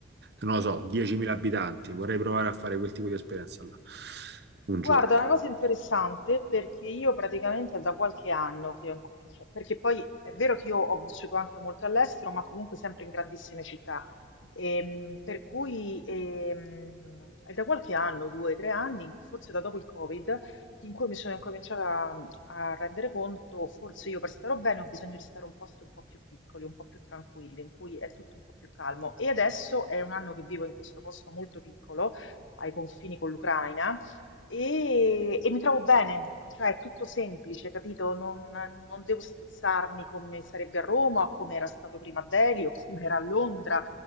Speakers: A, on the right; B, on the left.
A: non lo so, 10.000 abitanti. Vorrei provare a fare quel tipo di esperienza là, un
B: Guarda,
A: giorno.
B: una cosa interessante perché io praticamente è da qualche anno che ho incominciato, perché poi è vero che io ho vissuto anche molto all'estero, ma comunque sempre in grandissime città, Ehm, per cui ehm, è da qualche anno, due, tre anni, forse da dopo il Covid, in cui mi sono incominciata a, a rendere conto, forse io per stare bene ho bisogno di stare in posti un po' più piccoli, un po' più tranquilli, in cui è tutto un po' più calmo. E adesso è un anno che vivo in questo posto molto piccolo, ai confini con l'Ucraina e, e mi trovo bene, cioè è tutto semplice, capito? Non, non devo stressarmi come sarebbe a Roma, come era stato prima a Delhi o come era a Londra.